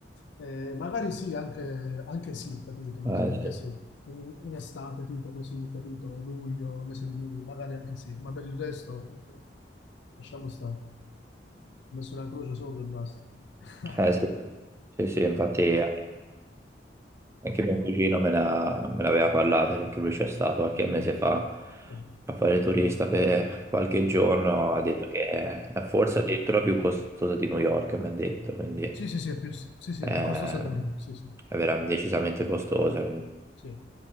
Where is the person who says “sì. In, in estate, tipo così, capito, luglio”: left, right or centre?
Left